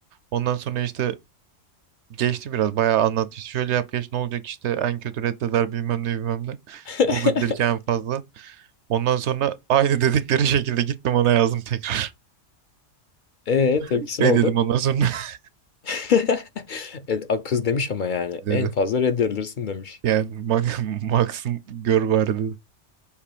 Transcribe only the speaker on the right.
Ondan sonra işte geçti biraz bayağı anlattı. İşte şöyle yap geç ne olacak işte en kötü reddeder bilmem ne bilmem ne. Ne
olabilir ki en fazla. Ondan sonra aynı <laughs> dedikleri şekilde gittim ona yazdım tekrar.
<laughs> Reddedim
ondan sonra <laughs>
dedi.
Yani Max, <laughs> Max'ın gör bari dedi.